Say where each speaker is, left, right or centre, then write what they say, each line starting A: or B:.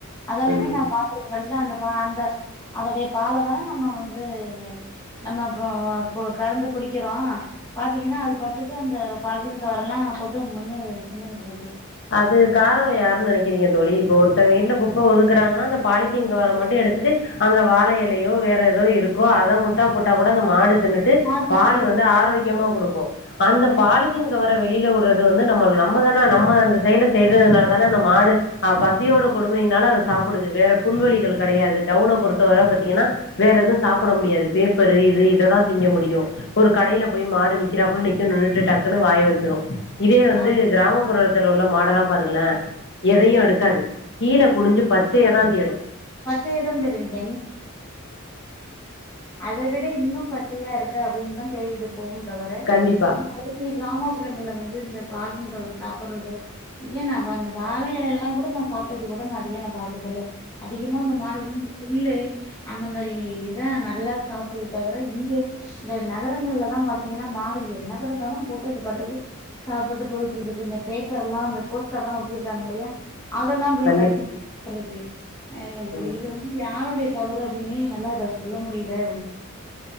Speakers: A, on the left; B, on the left.
A: அதொலுமே
B: ம்
A: நான் பாத்துறகேன் கடைசில அந்த பா அந்த அதடே பாலை தானே நம்ம வந்து நம்ம இப்ப கறந்து குடிக்கிறோம் பார்த்தீங்கன்னா அது பட்டுக்கு அந்த பால்தின் கவர் வரலாம் போட்டு மென்னு தின்கிட்டு இருக்கு
B: அது காரணம் யாருன்னு நினைக்கிறீங்க தோழிப் ஒருத்தன் வீட்டுல குப்பை ஒது ங்க அந்த பாலித்தீன் கவர் மட்டும் எடுத்துட்டு அங்க வாழை இலையோ வேற ஏதோ இருக்கோ அத முட்டா போட்டா கூட அந்த மாடு தின்னுட்டு
A: மாடு
B: பால்
A: சாப்டுட்டு
B: வந்து
A: போயிட்டு
B: ஆரோக்கியமா கொடுக்கு அந்த
A: ரெண்
B: பாலித்தின் கவர் கீள வுறது வந்து நம்ம நம்ம தானே நம்ம அந்த சையலை செய்றதுனால தானே அந்த மாடு ஆஹ் பசியோட கொடுமைையினால அதை சாப்பிடுது வேற புல்வேலிகள் கிடையாது டவுனை பொறுத்தவரை பாத்தீங்கன்னா வேற எதுவும் சாப்பிட முடியாது பேப்பரு இது இதைதான் திங்க முடியும் ஒரு கடையில போய் மாடு ந்கிறாப்புல நிக்க நின்னுட்டு டாக்குன்னு வாய வச்சிரும் இதே வந்து
A: ஆ
B: கிராமப்புற அங்க உள்ள மாடெல்லாம் பாருகலேன் எதையும் எடுக்காது கீழே குடிஞ்சு பச்சைய தான் தேடும்
A: பச்சையதான் தேடுவீங்க அதை விட இன்னும் பச்சையா இருக்கு அப்படின்னு தான் தேடிகிட்டு போ தவற
B: கண்டிப்பா
A: இப்ப இனைக்கு கிராமப்புறங்களல வந்து இந்த பால்ஜின் கவர் சாப்படறது ஏன் ந அந்த வாழைல எல்லாம் கூட நான் சாப்பிட்டது கூட நான் அது ஏன் ப்த்ததுஇல்ல அதிகமா இந்த மாடு வந்து இந்த புல்லு அந்த மாரி இதான் நல்லா சாப்பிடுது தவிர இங்க இந்த நகரங்கள்லதான் பார்த்தீங்கன்னா மாடு என்ன கடச்சாலும் போட்டு இது பாார்த்தட்டு சாப்பிட்டுட்டு போயிட்டு இருக்கு இந்த பேப்பர் எல்லாம் இந்த போஸ்டர் எல்லாம் ஒட்டியிருக்காங்க இல்லையா அதெல்லாம் போய்
B: கண்டிப்
A: கடுச்சுதிண்ருது ஏஹ
B: ம்
A: இது வந்து யார்வுடைய தவறு அப்படின்னே எநல்லா இத சொல்ல முடியல